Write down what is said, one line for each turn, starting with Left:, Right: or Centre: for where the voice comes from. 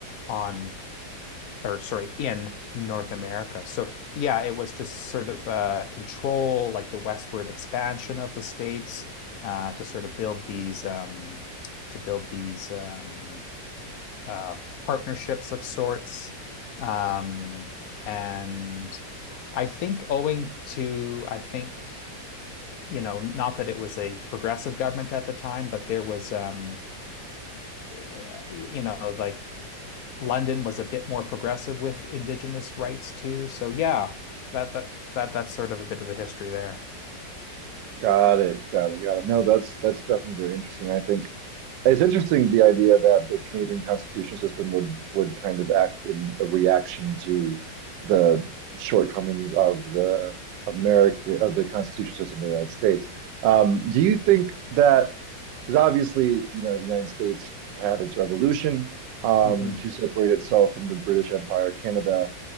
Left: on or sorry, in North America. So yeah, it was to sort of uh, control like the westward expansion of the states uh, to sort of build these um, to build these um, uh, partnerships of sorts. Um, and I think owing to I think you know not that it was a progressive government at the time, but there was um, uh, you know like London was a bit more progressive with indigenous rights too. So yeah, that that that that's sort of a bit of the history there.
Right: Got it. Got it. Got it. No, that's that's definitely very interesting. I think it's interesting the idea that the Canadian constitutional system would would kind of act in a reaction to the shortcomings of the American of the constitutional system in the United States. Um, do you think that because obviously, you know, the United States had its revolution um,
Left: hmm
Right: to separate itself from the British Empire, Canada